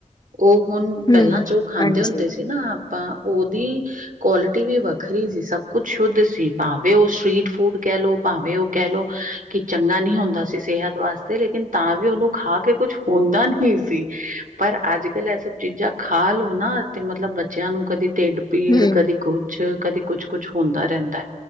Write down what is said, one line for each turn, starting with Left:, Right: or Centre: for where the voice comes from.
Right: ਉਹ ਹੁਣ
Left: ਹਮ
Right: ਪਹਿਲਾਂ ਜੋ ਖਾਂਦੇ ਹੁੰਦੇ
Left: ਹਾਂਜੀ
Right: ਸੀ ਨਾ ਆਪਾਂ ਉਹਦੀ ਕੁਆਲਿਟੀ ਵੀ ਵੱਖਰੀ ਸੀ ਸਭ ਕੁਛ ਸ਼ੁੱਧ ਸੀ ਭਾਵੇਂ ਉਹ ਸਟ੍ਰੀਟ ਫੂਡ ਕਹਿ ਲੋ। ਭਾਵੇਂ ਓ ਕਹਿ ਲਓ, ਕਿ ਚੰਗਾ ਨਈ ਹੁੰਦਾ ਸੀ ਸਿਹਤ ਵਾਸਤੇ ਲੇਕਿਨ ਤਾਂ ਵੀ ਉਹਨੂੰ ਖਾ ਕੇ ਕੁਛ ਹੁੰਦਾ ਨਈ ਸੀ, ਪਰ ਅੱਜ-ਕੱਲ ਏਹ ਸਭ ਚੀਜ਼ਾਂ ਖਾ ਲੋ ਨਾ ਤੇ ਮਤਲਬ ਬੱਚਿਆਂ ਨੂੰ ਕਦੀ ਢਿੱਡ ਪੀੜ
Left: ਹਮ
Right: ਕਦੇ ਕੁਛ, ਕਦੇ ਕੁਛ, ਕੁਛ ਹੁੰਦਾ ਰਹਿੰਦਾ, ਐ